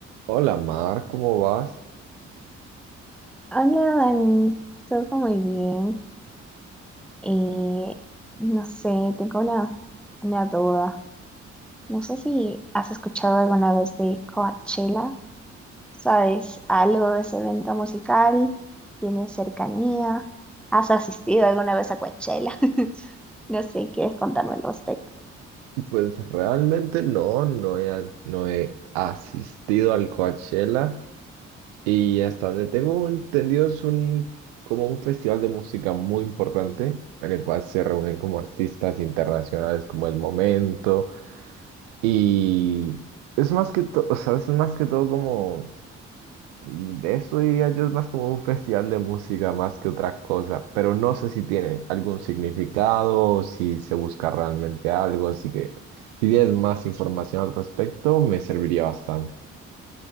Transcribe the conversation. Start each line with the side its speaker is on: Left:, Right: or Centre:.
Right: Hola Mar, ¿cómo vas?
Centre: Hola, Dani, todo muy bien. Eh, no sé, tengo una, una duda. No sé si has escuchado alguna vez de Coachella. ¿Sabes algo de ese evento musical? ¿Tienes cercanía? ¿Has asistido alguna vez a Coachella? <laughs> No sé, ¿quieres contarme al respecto?
Right: Pues realmente no, no he, a- no he asistido al Coachella y hasta donde tengo entendido es un, como un festival de música muy importante en el cual se reúnen como artistas internacionales como El Momento y es más que todo, o sea, es más que todo como De eso diría yo es más como un festival de música más que otra cosa, pero no sé si tiene algún significado, o si se busca realmente algo, así que si tienes más información al respecto, me serviría bastante.